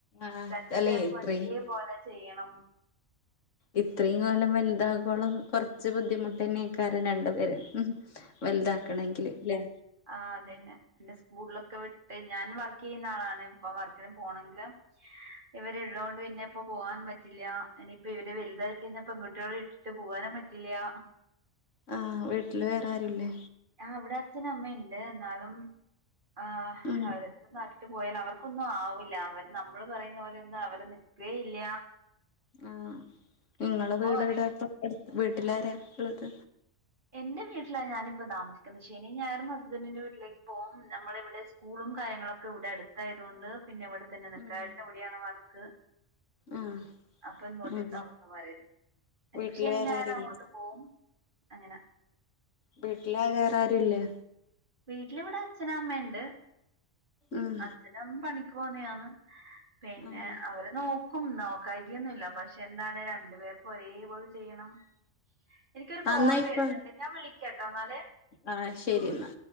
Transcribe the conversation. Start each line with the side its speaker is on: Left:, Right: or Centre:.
Left: ആഹ്
Right: രണ്ട്
Left: അല്ലെ
Right: പേർക്കും
Left: ഇത്രയും
Right: ഒരേ പോലെ ചെയ്യണം
Left: ഇത്രയുംകാലം വലുതാകോളം കുറച്ച് ബുദ്ധിമുട്ടനെയ്കാരം രണ്ടുപേര് ഉം വലുതാക്കണെങ്കില് ല്ലേ
Right: ആ അതന്നെ പിന്നെ സ്കൂളിലൊക്കെ വിട്ട് ഞാൻ വർക് ചെയ്യുന്ന ആളാണ് ഇപ്പൊ വർക്കിന് പോണെങ്കില് ഇവരെള്ളൊണ്ട് പിന്നെ ഇപ്പൊ പോകാൻ പറ്റില്ലാ ഇനിയിപ്പോ ഇവര് വലുതായി കഴിഞ്ഞാൽ പെൺകുട്ടികളെഇട്ടി ഇട്ട് പോവാനും പറ്റില്ലൃ
Left: ആഹ് വീട്ടില് വേറാരുല്ലേ
Right: അവിടെ അച്ഛന് അമ്മേണ്ട് എന്നാളും ആഹ്
Left: ഉം
Right: അവര ടെത്ത് മാറ്റ ഇ പോയാൽ അവർക്കൊന്നും ആവൂില്ല അവര് നമ്മള് പറയുന്ന പോലെൊന്നും അവർ നിക്കേയില്ല
Left: ആഹ് നിങ്ങള്
Right: അപ്പൊ
Left: വീടെവ്ടേ
Right: പറയും
Left: പ്പം വീട്ടിലാരാ ഉള്ളത്
Right: എന്റെ വീട്ടിലാ ഞാനിപ്പ താമസിക്കുന്നത് ശനി ഞായറും ഹസ്ബൻഡിന്റെ വീട്ടിലേക്ക് പോകവും നമ്മള് ഇവിടെ സ്കൂളും കാര്യങ്ങളുംക്കെ ഇവിടെ അടുത്തായത് കൊണ്ട് പിന്നെ ഇവിടെ തന്നെ നിക്കായേട്ടനിവിടെയാണ്
Left: ഉം
Right: വർക്ക്
Left: ആഹ്
Right: അപ്പൊ ഇങ്ങോട്ട്
Left: അതെ
Right: താമസം മാറിയത് എന്നെപ്പശനി
Left: വീട്ടില് വേറെ
Right: ഞായറും
Left: ആരുല്ലേ
Right: അങ്ങോട്ട് പോവും അങ്ങനെ
Left: വീട്ടില്‌വേ റെ ആരുല്ലേ
Right: വീട്ടിലിവിടെ അച്ഛനും അമ്മേ ണ്ട്
Left: ഉം
Right: അച്ഛനും അമ്മിംപണിക്ക് പോണെയാണ് പിന്നെ
Left: ആഹ്
Right: അവര് നോ ക്കും നോക്കായിക്കൊന്നുംല്ല പക്ഷെ എന്താണ് രണ്ടു പേർക്കും ഒരേപോലെ ചെയ്യണം എനിക്കൊരു കോള്
Left: ആന്നായിക്കോ
Right: വരുന്നുണ്ട് ഞാൻ വിളി കാട്ടോ ന്നാല്
Left: ആ ശരി എന്നാ